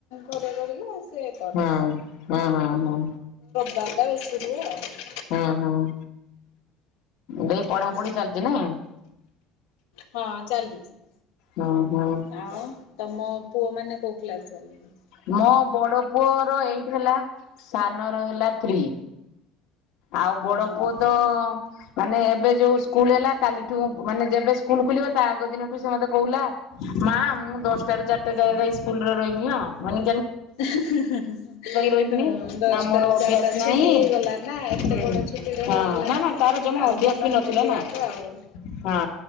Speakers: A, on the left; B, on the left.
A: ଘରେ ରହିଲେ ସେ କରେ
B: ହଁ ହଁ ହଁ ହଁ।
A: ବାର୍ ଟା ବେଶି ହୁଏ ଆଉ
B: ହଁ ହଁ। ଦେଇ ପଢାପଢି
A: ହୁଁ
B: ଚାଲିଛି ନାଇଁ
A: ହଁ। ଚାଲିଛି
B: ହଁ ହଁ।
A: ଆଉ ତମ ପୁଅ ମାନେ କୋଉ କ୍ଲାସ ହେଲାଣି?
B: ମୋ ବଡ ପୁଅର ଏଇଟ୍ ହେଲା ସାନର ହେଲା ଥ୍ରୀ। ଆଉ ବଡ
A: ଓହୋ।
B: ପୁଅ ତ ମାନେ ଏବେ ଯୋଉ ସ୍କୁଲ ହେଲା କାଲିଠୁ ମାନେ ଯେବେ ସ୍କୁଲ ଖୋଲିବ ତା ଯୋଉ ଦିନଠୁ ସେ ମତେ କହୁଲା ମା ମୁଁ ଦଶଟାରୁ ଚାରିଟା ଯାଏ ଯାଇ ସ୍କୁଲରେ ରହିମି ହଁ ମାନି
A: ହିଁ ହିଁ
B: ରହିବୁନି
A: ହଁ ଦଶଟାରୁ
B: ନା ମୋର ଅଭ୍ୟାସ
A: ଚାରିଟା
B: ନାହିଁ
A: ଛୁଟି ହେଇଗଲା ନା। ଏତେ
B: ହୁଁ
A: ବଡ ଛୁଟିଟେ
B: ହଁ
A: ହେଇଗଲା।
B: ନା ନା ତାର ଜମା
A: ଆଉ
B: ଅଭ୍ୟାସ
A: ମନ
B: ବି
A: ହଉନି
B: ନଥିଲା
A: ଯିବାକୁ
B: ନା
A: ଆଉ ହଁ।
B: ହଁ